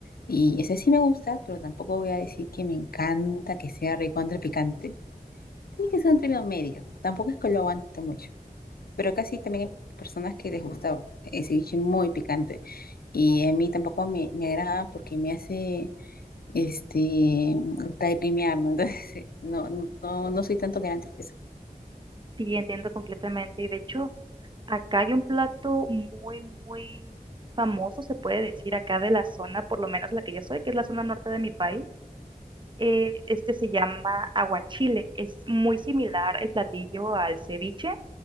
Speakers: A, on the left; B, on the right.
A: Y ese sí me gusta, pero tampoco voy a decir que me encanta que sea recontra picante. Sí, que sea un término medio. ¿no? Tampoco es que lo aguante mucho. Pero casi también hay personas que les gusta el ceviche muy picante. Y a mí tampoco me, me agrada porque me hace este lagrimear, ¿no? <laughs> Entonces, no, no, no no soy tan tolerante a eso.
B: Sí, entiendo completamente. Y de hecho, acá hay un plato muy, muy famoso, se puede decir, acá de la zona, por lo menos la que yo soy, que es la zona norte de mi país. eh, este se llama aguachile. Es muy similar el platillo al ceviche,